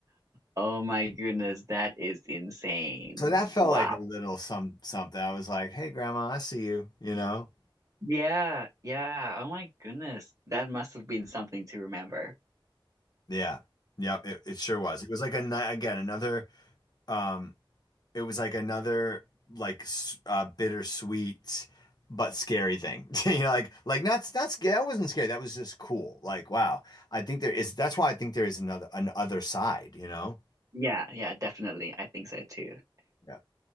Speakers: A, on the right (about 40°); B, on the left (about 50°).
A: Oh my goodness, that is insane.
B: So that felt
A: Wow.
B: like a little some something. I was like, "Hey, Grandma, I see you," you know?
A: Yeah, yeah. Oh my goodness. That must have been something to remember.
B: Yeah. Yep, it, it sure was. It was like a ni- again another um it was like another like s- uh bittersweet but scary thing. <laughs> You know, like like not not scary. That wasn't scary. That was just cool. Like, wow. I think there is that's why I think there is another an other side, you know?
A: Yeah, yeah, definitely. I think so too.
B: Yeah.